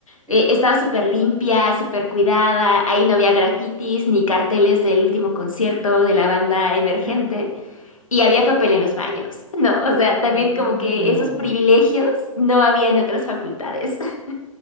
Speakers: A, on the left (about 70°); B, on the right (about 20°).
A: eh,
B: <laughs>
A: estaba súper limpia, súper cuidada, ahí no había grafitis ni carteles del último concierto de la banda emergente,
B: ujú,
A: y había papel en los baños, <laughs> ¿no? O
B: Mm,
A: sea, también como que
B: No.
A: esos privilegios no había en otras facultades. <laughs>